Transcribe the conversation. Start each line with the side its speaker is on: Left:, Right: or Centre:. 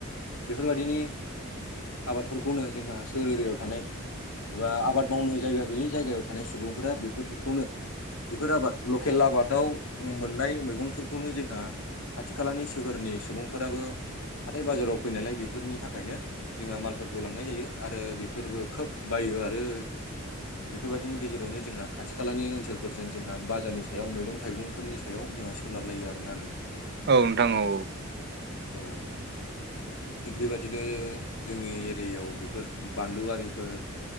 Left: बेफोरबायदिनि आबादफोरखौनो जोंहा सोर एरिायाव थानाय एबा आबाद मावनो जायगा गैयै जायगायाव थानाय सुबुंफोरा बेफोरखौनो बेफोर आबाद लकेल आबादाव मोननाय मैगंफोरखौनो जोंहा खाथि खालानि सोहोरनि सुबुंफोराबो हाथाय बाजाराव फैनायलाय बेफोरनि थाखायनो जोंहा मालफोरखौ लांनाय जायो आरो बेफोरबो खोब बायो आरो बेफोरबायदिनि गेजेरावनो जोंहा खाथि खालानि ओनसोलफोरजों जोंहा बाजारनि सायाव मैगं थाइगंफोरनि सायाव जोंहा सोनारलायो आरो ना नोंथां
Right: औ नोंथां औ औ
Left: औ थिग बेबायाददिनो जोंनि एरियायाव बेफोर बान्लुवारिफोर